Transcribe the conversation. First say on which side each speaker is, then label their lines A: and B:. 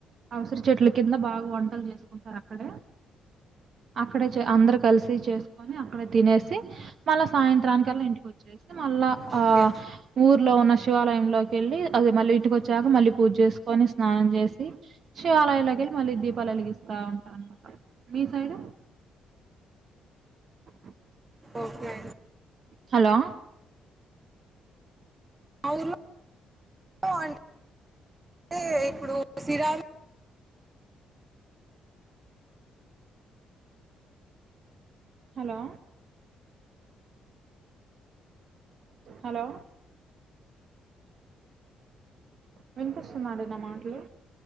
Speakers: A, on the right; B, on the right.
A: ఆ ఉసిరి చెట్ల కింద బాగా వంటలు చేసుకుంటారు అక్కడే అక్కడ అందరు కలిసి చేసుకొని అక్కడ తినేసి మళ్ళా సాయంత్రానికల్లా ఇంటికి వచ్చ చేసా మళ్ళా ఆ
B: ఓకే
A: ఊర్లో ఉన్న శివాలయంలోకి వెళ్ళి అది మళ్ళీ ఇంటికి వచ్చాక మళ్ళీ పూజ చేసుకొని స్నానం చేసి శివాలయంలోకి వెళ్ళి మళ్ళీ దీపాల ఎలిగిస్తా ఉంటా అన్నమాట మీ సైడ్ <inaudible>
B: ఓకే
A: హలో
B: మా ఊర్లో అంటే ఇప్పుడు సిరాలు
A: హలో హలో వినిపిస్తుద అండి నా మాటలు